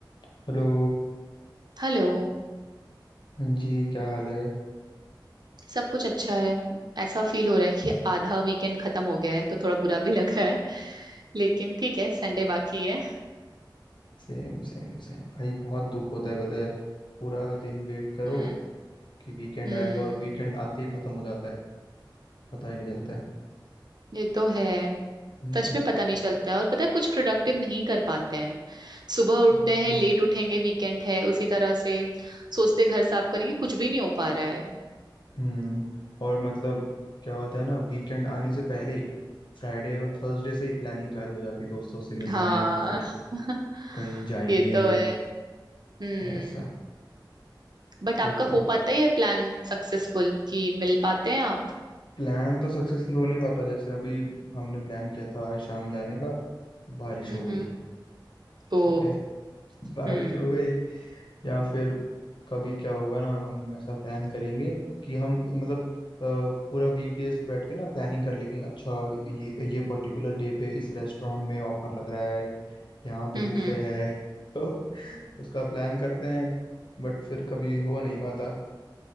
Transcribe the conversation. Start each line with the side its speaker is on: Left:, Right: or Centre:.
Left: Hello
Right: हेलो
Left: हाँ जी क्या हाल है
Right: सब कुछ अच्छा है ऐसा फील हो रहा है कि आधा वीकेंड खत्म हो गया है तो थोड़ा बुरा भी लग रहा है लेकिन ठीक है संडे बाकी है
Left: सेम सेम सेम भाई बहुत दुख होता है पता है पूरा दिन वेट करो
Right: हम्म
Left: कि वीकेंड
Right: हम्म
Left: आएगा और वीकेंड आते ही खत्म हो जाता है पता ही नहीं चलता है
Right: ये तो है
Left: हम्म
Right: सच में पता नहीं चलता है और पता है कुछ प्रोडक्टिव नहीं कर पाते हैं सुबह उठते
Left: हम्म
Right: हैं लेट उठेंगे वीकेंड है उसी तरह से सोचते घर साफ करेंगे कुछ भी नहीं हो पा रहा है
Left: हम्म और मतलब क्या होता है ना वीकेंड आने से पहले ही फ्राइडे और थर्सडे से ही प्लानिंग चालू हो जाती है दोस्तों से मिलना
Right: हाँ
Left: है या फिर
Right: <laughs>
Left: कहीं जाएंगे
Right: ये तो है हम्म
Left: वैसा
Right: बट
Left: तो
Right: आपका
Left: क्या
Right: हो पाता है ये प्लान सक्सेसफुल कि मिल पाते हैं आप
Left: प्लान तो सक्सेसफुल हो नहीं पाता जैसे अभी हमने प्लान किया था आज शाम जाने का बारिश
Right: हम्म
Left: हो गई
Right: हम्म
Left: ठीक
Right: ओ
Left: है बारिश
Right: हम्म
Left: हो गई या फिर कभी क्या होगा ना हम ऐसा प्लान करेंगे कि हम मतलब अ, पूरा वीक डेज पे बैठ के ना प्लानिंग कर लेंगे अच्छा ये ये पर्टिकुलर डे पे इस रेस्टोरेंट में ऑफर लग रहा है यहाँ पे
Right: हम्म
Left: बुफे
Right: हम्म
Left: है <laughs> तो उसका प्लान करते हैं बट फिर कभी हो नहीं पाता